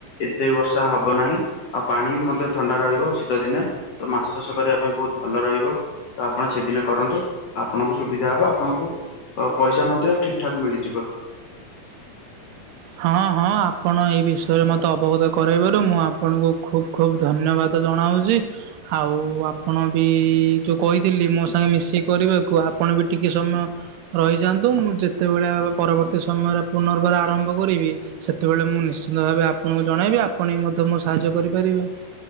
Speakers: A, on the left; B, on the right.
A: ଏତେ ବର୍ଷା ହବ ନାହିଁ, ଆଉ ପାଣି ବି ମଧ୍ୟ ଥଣ୍ଡା ରହିବ ଶୀତ ଦିନେ। ତ ମାଛ ଚାଷ କରିବା ପାଇଁ ବହୁତ ଭଲ ରହିବ। ତ ଆପଣ ସେଦିନ କରନ୍ତୁ, ଆପଣଙ୍କୁ ସୁବିଧା ହବ ଆପଣଙ୍କୁ ତ ପଇସା ମଧ୍ୟ ଠିକ୍ ଠାକ୍ ମିଳିଯିବ।
B: ହଁ ହଁ ଆପଣ ଏଇ ବିଷ ସେ ମୋତେ ଅବଗତ କରେଇବାରୁ ମୁଁ ଆପଣଙ୍କୁ ଖୁବ୍ ଖୁବ୍ ଧନ୍ୟବାଦ ଜଣାଉଚି। ଆଉ ଆପଣ ବି ଯୋଉ କହିଥିଲି ମୋ ସାଙ୍ଗେ ମିଶିକି କରିବାକୁ ଆପଣ ବି ଟିକେ ସମୟ ରହିଯାଆନ୍ତୁ, ମୁଁ ଯେତେବେଳେ ପରବର୍ତ୍ତୀ ସମୟରେ ପୁନର୍ବାର ଆରମ୍ଭ କରିବି ସେତେବେଳେ ମୁଁ ନିଶ୍ଚିନ୍ତ ଭାବେ ଆପଣଙ୍କୁ ଜଣେଇବି ଆପଣ ବି ମଧ୍ୟ ମୋ ସାହାଯ୍ୟ କରିପାରିବେ।